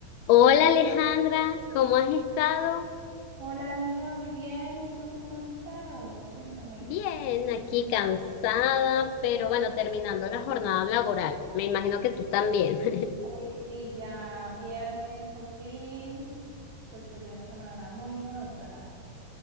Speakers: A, on the left; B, on the right.
A: Hola Alejandra, ¿cómo has estado?
B: Hola amiga, muy bien. ¿Y tú cómo has estado? Cuéntame.
A: Bien, aquí cansada, pero bueno, terminando la jornada laboral. Me imagino que tú también. <laughs>
B: Hoy sí, ya viernes por fin, después de una semana muy monótona.